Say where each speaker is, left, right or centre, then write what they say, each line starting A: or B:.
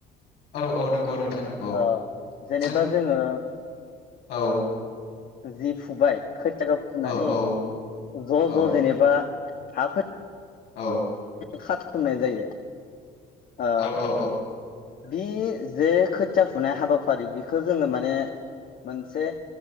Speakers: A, on the left; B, on the left.
A: औ औ नंगौ नों थां नंगौ
B: आरो ओ जेनेबा
A: जों
B: जोङो
A: औ
B: जि फुबाय खोथियाखौ फुनानै
A: औ औ
B: ज'
A: औ
B: ज' जेनेबा हाफो
A: औ
B: खाथुमनाय जायो। आ
A: औ औ
B: बि जे खोथिया फुनाय हाबाफारि बेखौ जोङो माने मोन मोनसे